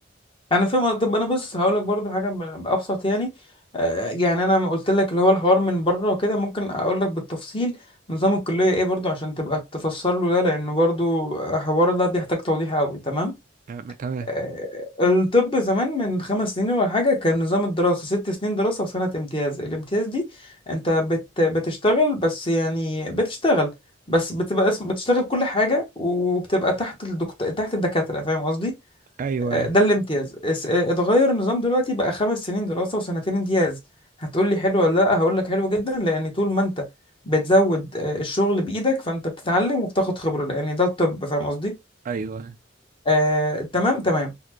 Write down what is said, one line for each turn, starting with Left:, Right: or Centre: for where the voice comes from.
Left: انا فاهم طب انا بص هقول لك برضو حاجه ب- ابسط يعني آه، يعني انا قلت لك اللي هو الحوار من بره وكده ممكن اقول لك بالتفصيل نظام الكليه ايه برضو عشان تبقى تفسر له ده لانه برضو حوار ده بيحتاج توضيح قوي تمام
Right: تمام تمام.
Left: آه، الطب زمان من خمس سنين ولا حاجة كان نظام الدراسة ست سنين دراسة وسنة امتياز الامتياز دي انت بت بتشتغل بس يعني بتشتغل بس بتبقى اسم بتشتغل كل حاجة وبتبقى تحت الدكتور تحت الدكاترة فاهم قصدي؟
Right: ايوه
Left: آه،
Right: ايوه
Left: ده الامتياز اس- آه، اتغير النظام دلوقتي بقى خمس سنين دراسة وسنتين امتياز هتقولي حلو ولا لا هقولك حلو جدا لأن طول ما انت بتزود آه، الشغل بإيدك فانت بتتعلم وبتاخد خبرة لأن ده الطب فاهم قصدي؟
Right: ايوه
Left: آه، تمام تمام